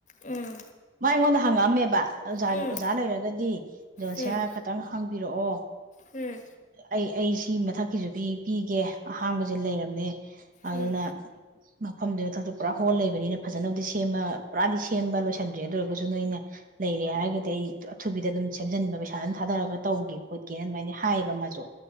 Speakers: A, on the left; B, on the right.
A: ꯎꯝ
B: ꯃꯥ ꯑꯩꯉꯣꯟꯗ ꯍꯪꯉꯛꯑꯝꯃꯦꯕ ꯑꯣꯖꯥꯒꯤ
A: ꯎꯝ
B: ꯑꯣꯖꯥ ꯂꯩꯔꯒꯗꯤ ꯖꯣꯟꯁꯤꯌꯥ
A: ꯎꯝ
B: ꯈꯈꯤꯇꯪ ꯍꯪꯕꯤꯔꯛꯑꯣ
A: ꯎꯝ
B: ꯑꯩ ꯑꯩ ꯁꯤ ꯃꯊꯛꯀꯤꯁꯨ ꯄꯤꯒꯦ ꯑꯍꯥꯡꯕꯁꯦ ꯂꯩꯔꯕꯝꯅꯦ ꯑꯗꯨꯅ
A: ꯎꯝ
B: ꯃꯐꯝꯗꯨ ꯃꯊꯛꯇ ꯄꯨꯔꯥ ꯍꯣꯜ ꯂꯩꯕꯅꯤꯅ ꯐꯖꯅꯕꯨꯗꯤ ꯁꯦꯝꯃ ꯄꯨꯔꯥꯗꯤ ꯁꯦꯝꯕ ꯂꯣꯏꯁꯟꯗ꯭ꯔꯦ ꯑꯗꯨ ꯑꯣꯏꯔꯒꯁꯨ ꯅꯣꯏꯅ ꯂꯩꯔꯦ ꯍꯥꯏꯔꯒꯗꯤ ꯑꯩ ꯑꯊꯨꯕꯤꯗ ꯑꯗꯨꯝ ꯁꯦꯝꯖꯤꯟꯕ ꯄꯩꯁꯥ ꯑꯗꯨꯝ ꯊꯥꯗꯔꯒ ꯇꯧꯒꯦ ꯈꯣꯠꯀꯦꯅ ꯑꯗꯨꯃꯥꯏꯅ ꯍꯥꯏꯌꯦꯕ ꯃꯥꯁꯨ